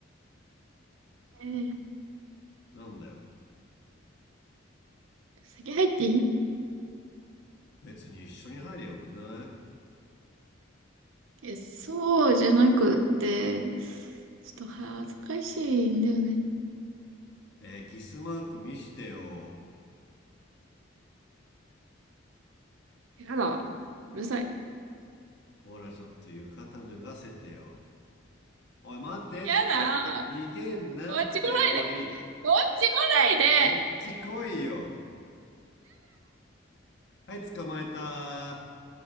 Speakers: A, on the right; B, on the left.
A: えー、
B: なんだよ。
A: 先入っていい
B: 別に一緒に入りゃよくない
A: え、そうじゃなくって、ちょっと恥ずかしいんだよね。
B: えー、キスマーク見してよ。
A: やだ。うるさい。
B: ほら、ちょっと浴衣脱がせてよ。おい、待てって。
A: やだ。
B: 逃げんなって、
A: こっち来ないで。
B: おい。
A: こっち来ないで。
B: こっち来いよ。はい、捕まえた。